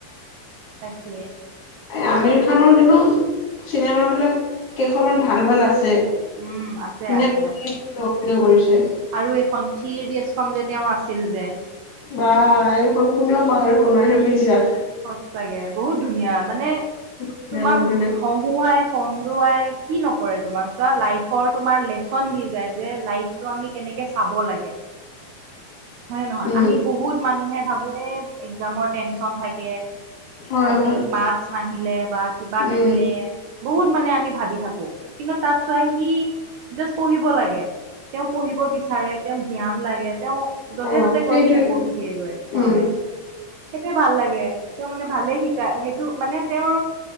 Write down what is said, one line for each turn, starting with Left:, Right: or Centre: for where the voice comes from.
Right: তাকে
Left: এই আমিৰ
Right: বাট
Left: খানৰ কিন্তু চিনেমা বিলাক কেইখনমান ভাল ভাল আছে।
Right: উম আছে
Left: ধুনীয়া
Right: আছে।
Left: অভিনয় কৰিছে
Right: আৰু এই সন্ঠিৰ ডছখন যে তেওঁৰ আছিল যে
Left: বা এইখন কোনেও পাহৰিব নোৱাৰে বুজিছা
Right: সচাগে বহুত ধুনীয়া মানে
Left: ধুনীয়া
Right: তোমাক
Left: বহুত ধুনীয়া
Right: হহুৱাই কম অ' আই কি নকৰে তোমাক চোৱা লাইফত তোমাৰ লেচন দি যায় যে লাইভ তো আমি কেনেকে চ খাব লাগে হয় নহয়
Left: উম
Right: আমি বহুত মানুহে ভাবো এহ একজামৰ টেনচন থাকে।
Left: হয়
Right: আজি
Left: হয়
Right: মাক্স নাহিলে বা কিবা নাহিলে
Left: উম
Right: বহুত মানে আমি ভাবি থাকো কিন্তু তাত চোৱা সি জাষ্ট পঢ়িব লাগে তেওঁ পঢ়িব বিচাৰে, তেওঁ জ্ঞান লাগে, তেওঁ য'তে
Left: অ
Right: ত'তে
Left: সেইটোৱে
Right: গৈ পিনে বহি দিয়েগৈ হয়।
Left: উম
Right: সেইটোৱে ভাল লাগে, তেওঁ মানে ভালেই শিকায় সেইটো মানে তেওঁৰ